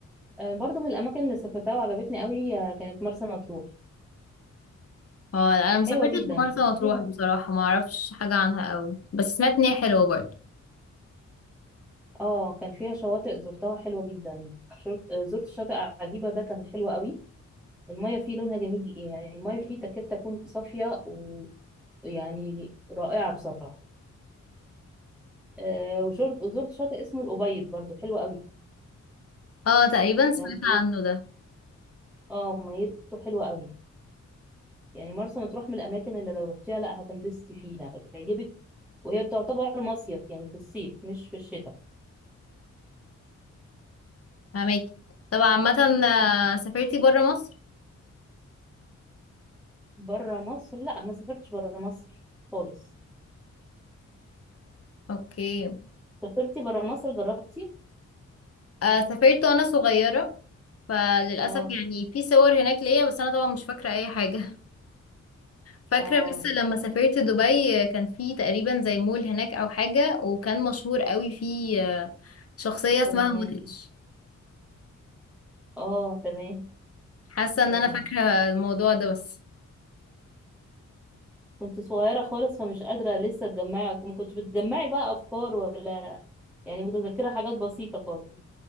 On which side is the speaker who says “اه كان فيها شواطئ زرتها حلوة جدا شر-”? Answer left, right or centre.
Centre